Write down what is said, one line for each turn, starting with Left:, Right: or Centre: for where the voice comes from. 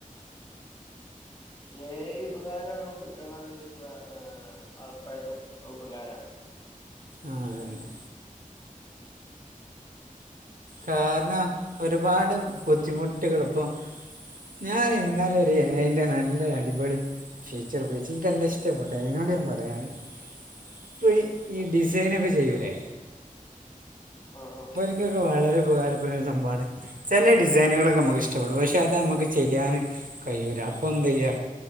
Left: എ ഐ ഉപകാരണോ ഉപദ്രവാണോന്ന് വെച്ച ഹ് ഒറപ്പായിട്ടും ഉപകാര
Right: ആഹ് അതന്നെ. കാരണം ഒര്പാട് ബുദ്ധിമുട്ട്കള് ഇപ്പൊ ഞാന് ഇന്നലൊര് എ ഐ ന്റെ നല്ലൊര് അടിപൊളി ഫീച്ചർ ഉപയോഗിച്ചു ഇൻക്ക് അന്നെ ഇഷ്ടപ്പെട്ടു അതിനോട് ഞാൻ പറയാണ്. ഇപ്പം
Left: ഉം
Right: ഈ ഡിസൈനൊക്കെ ചെയ്യൂരെേ
Left: ആഹ് ആഹ്
Right: എനിക്കൊക്കെ വളരെ ഉപകാരപ്പെടുന്ന ഒരു സമ്പാണ് ചെല ഡിസൈനുകളൊക്കെ മ്മക്ക് ഇഷ്ടപ്പെടും പക്ഷെ അത് നമ്മക്ക് ചെയ്യൻ കയ്യൂല അപ്പൊ എന്തയ്യാ